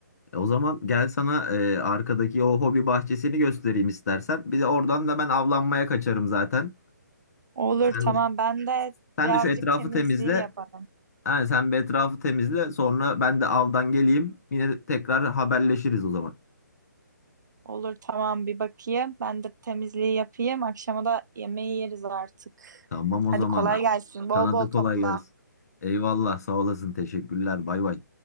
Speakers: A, on the left; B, on the right.
A: E, o zaman gel sana e, arkadaki o hobi bahçesini göstereyim istersen. Bir de oradan da ben avlanmaya kaçarım zaten.
B: Olur
A: Sen,
B: tamam ben de
A: sen
B: birazcık
A: de şu etrafı
B: temizliği
A: temizle,
B: yaparım.
A: Yani sen bir etrafı temizle sonra ben de avdan geleyim. Yine tekrar haberleşiriz o zaman.
B: Olur tamam bir bakayım. Ben de temizliği yapayım. Akşama da yemeği yeriz artık.
A: Tamam o
B: Hadi
A: zaman.
B: kolay gelsin. Bol
A: Sana
B: bol
A: da kolay
B: topla.
A: gelsin. Eyvallah sağ olasın teşekkürler bay bay.